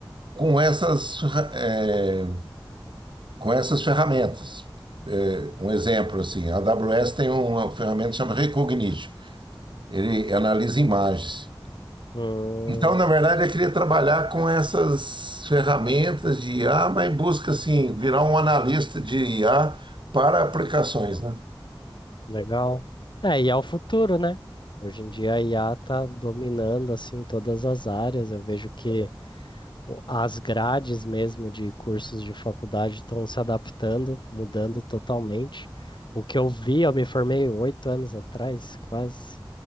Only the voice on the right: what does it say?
com essas, ferra- é, com essas ferramentas. Um exemplo, assim, a AWS tem uma ferramenta chamada Recognition. Ele analisa imagens.
Então, na verdade, eu queria trabalhar com essas ferramentas de IA, mas em busca, assim, virar um analista de IA para aplicações, né?